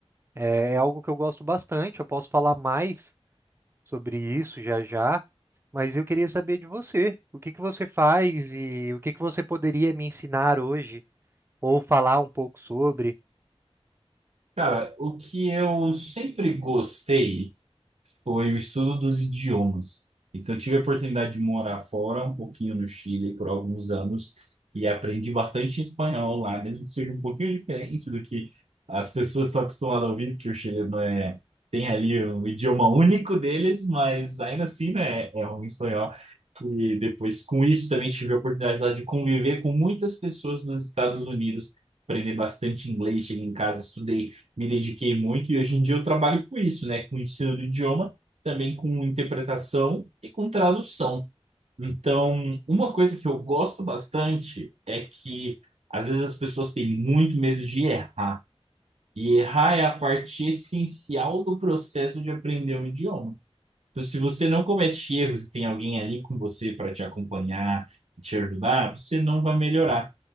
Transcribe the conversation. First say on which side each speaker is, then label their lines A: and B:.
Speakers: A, on the right; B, on the right.
A: É, é algo que eu gosto bastante, eu posso falar mais sobre isso já já, mas eu queria saber de você. O que que você faz e o que que você poderia me ensinar hoje ou falar um pouco sobre?
B: Cara, o que eu sempre gostei foi o estudo dos idiomas. Então, eu tive a oportunidade de morar fora, um pouquinho no Chile, por alguns anos, e aprendi bastante espanhol lá, mesmo que seja um pouquinho diferente do que as pessoas estão acostumadas a ouvir, porque o chileno é, tem ali um idioma único deles, mas ainda assim, né, é um espanhol. E depois, com isso, também tive a oportunidade lá de conviver com muitas pessoas dos Estados Unidos, aprender bastante inglês, cheguei em casa, estudei me dediquei muito e hoje em dia eu trabalho com isso, né? Com o ensino do idioma, também com interpretação e com tradução. Então, uma coisa que eu gosto bastante é que às vezes as pessoas têm muito medo de errar. E errar é a parte essencial do processo de aprender um idioma. Então, se você não comete erros e tem alguém ali com você para te acompanhar, te ajudar, você não vai melhorar.